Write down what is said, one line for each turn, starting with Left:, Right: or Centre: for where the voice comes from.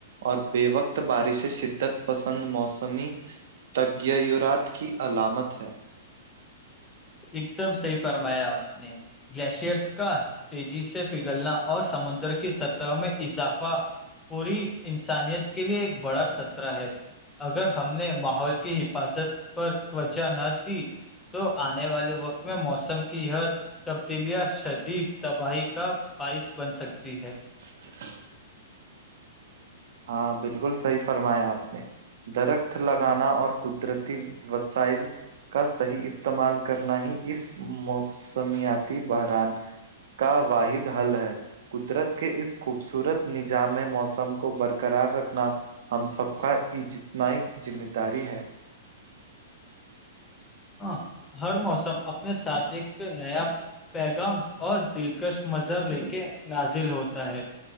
Right: اور بے وقت بارشیں شدت پسند موسمی تغورات کی علامت ہے
Left: ایک دم صحیح فرمایا آپ نے گلیشئرس کا تیزی سے پگھلنا اور سمندر کی سطح میں اضافہ پوری انسانیت کے لیے ایک بڑا خطرہ ہے اگر ہم نے ماحول کی حفاظت پر توچہ نہ دی تو آنے والے وقت میں موسم کی یہ تبدیلیاں شدید تباہی کا بائس بن سکتی ہے
Right: <inaudible> ہاں بالکل صحیح فرمایا آپ نے درخت لگانا اور قدرتی وسائل کا صحیح استعمال کرنا ہی اس موسمیاتی بحران کا واحد حل ہے قدرت کے اس خوبصورت نظام میں موسم کو بر برقرار رکھنا ہم سب کا اجتماع ذمہ داری ہے
Left: ہاں ہر موسم اپنے ساتھ ایک نیا پیغام اور دلکش منظر لے کے نازل ہوتا ہے